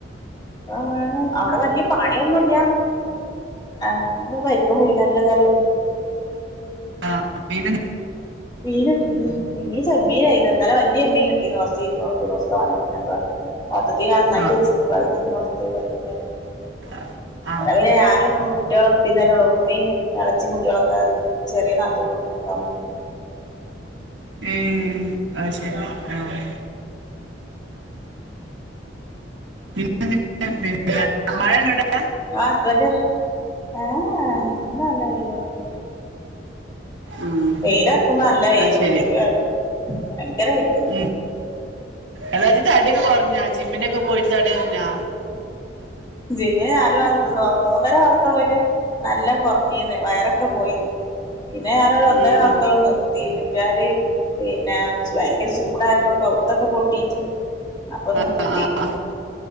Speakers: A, on the left (about 25°); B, on the right (about 90°).
A: ഇപ്പങ്ങനെ അവ്ടെ വല്ല്യയാ പ ണിയൊന്നുല്ല ആഹ് എന്താ പരിപ്പും മുരിങ്ങാക്കോല്ള്ള കറിം
B: <unintelligible>
A: മീന്ട്ടീണ് മീൻ ചെമ്മീനേര്ന്ന് ഇന്നെലെ വെല്ല്യ ചെമ്മീൻ കിട്ടീര്ന്ന് കൊറ്ച്ച് കുരുമൊളക്ക്ട്ട് കൊറ്ച്ച് തോനെകീട്ടിണ് അപ്പം മൊത്തത്തി ഞാൻ നന്നാക്കിച്ചീന്
B: ആഹ്
A: പവുതി ഇന്നുട്ത്ത് പവുതി ഇന്നലിം
B: ആഹ് ആഹ്
A: അതാ പിന്നെ ഞാനും കുട്ടിയാള ഇപ്പിം തന്നെള്ളൂ ഇമ്മീം എളെച്ചിം കുട്ട്യളൊക്കെ ചെറിയെ നാത്തുന്റോട്ക്ക് നിക്കാ പോയ്
B: ഉം അഹ് ശെരി ആഹ് പിന്നെന്തൊക്കെയാ
A: ആഹ്
B: പിന്നെ മഴണ്ടോ അവ്ടെ
A: ആഹ് ഹസ്ബന്റ് ഏഹ് ഏഹ് ഇന്ന് നല്ല വെയ്ല്ണ്ട്
B: ഉം
A: വെയിലറ്ക്കുമ്പോ നല്ല വെയ്ലുണ്ട്
B: അത് ശരി
A: <unintelligible> ഭയങ്കര വെയ്ല്
B: <unintelligible> എടാ ഇജ് തടിയൊക്കെ കൊറ്ഞ്ഞോ ജിമ്മിനൊക്കെ പോയിട്ട് തടിയൊറ്ഞ്ഞോ
A: ജിമ്മിന് നാലു മാസം മൂന്നര മാസം പോയിട്ട് നല്ലോം കൊറ് ഞ്ഞീന്ന് വയറൊക്കെ പോയിന്ന് പിന്നെ ഞാനൊരു ഒന്നര
B: ഉം
A: മാസ്ത്തോളം
B: ഉം
A: നിർ ത്തി <unintelligible> പിന്നെ ഭയങ്കര ചൂടായപ്പോ കവുത്തൊക്കെ പൊട്ടീട്ട് അപ്പ നിർത്തി
B: ആഹ് ആഹ് ആഹ്